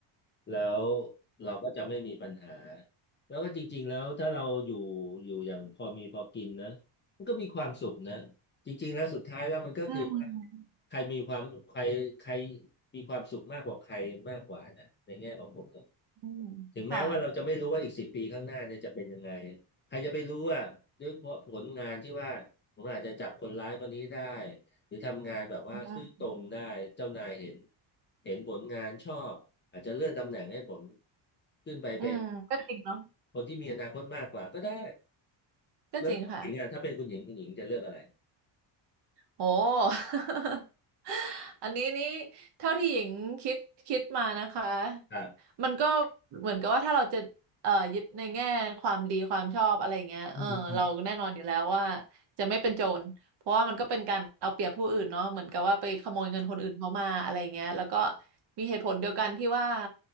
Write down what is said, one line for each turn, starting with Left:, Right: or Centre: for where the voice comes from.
Left: แล้วเราก็จะไม่มีปัญหาแล้วก็จริงๆแล้วถ้าเราอยู่อยู่อย่างพอมีพอกินนะมันก็มีความสุขนะ จริงๆแล้วสุดท้ายแล้วมันก็คือว่า
Right: อืม
Left: ใครมีความใครใครมีความสุขมากกว่าใครมากกว่านะในแง่ของผมนะ
Right: อืมค่ะ
Left: ถึงแม้ว่าเราจะไม่รู้ว่าอีกสิบปีข้างหน้าเนี่ยจะเป็นยังไงใครจะไปรู้ว่าด้วยเพราะผลงานที่ว่าผมอาจจะจับคนร้ายคนนี้ได้หรือทำงานแบบว่าซื่อตรงได้เจ้านายเห็น
Right: อืม
Left: เห็นผลงานชอบอาจจะเลื่อนตำแหน่งให้ผมขึ้นไปเป็น
Right: อืมก็จริงเนาะ
Left: คนที่มีอนาคตมากกว่าก็ได้
Right: ก็จริงค่ะ
Left: แล้วคุณหญิงอ่ะถ้าเป็นคุณหญิงคุณหญิงจะเลือกอะไร
Right: โห <laughs> อันนี้นี่เท่าที่หญิงคิดคิดมานะคะ
Left: ครับ
Right: มันก็เหมือนกับว่าถ้าเราจะเอ่อยึดในแง่ความดีความชอบอะไรเงี้ยเออเราแน่นอนอยู่แล้วว่า
Left: อืมอืม
Right: จะไม่เป็นโจร เพราะว่ามันก็เป็นการเอาเปรียบผู้อื่นเนาะเหมือนกับว่าไปขโมยเงินคนอื่นเขามาอะไรอย่างเงี้ยแล้วก็มีเหตุผลเดียวกันที่ว่า